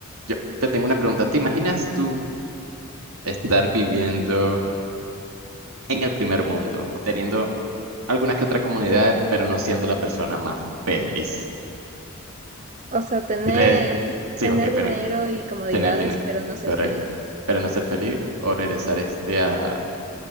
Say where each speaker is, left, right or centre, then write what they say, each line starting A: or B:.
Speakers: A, on the right (about 85°); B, on the right (about 35°).
A: Yo te tengo una pregunta, ¿te imaginas tú estar viviendo en el primer mundo, teniendo algunas que otras comunidades, pero no siendo la persona más feliz?
B: O sea, tener,
A: Re- Sí,
B: tener
A: ok,
B: dinero
A: permíteme.
B: y comodidades,
A: Tener dinero,
B: pero no ser
A: correcto.
B: feliz.
A: Pero no ser feliz o regresar este a,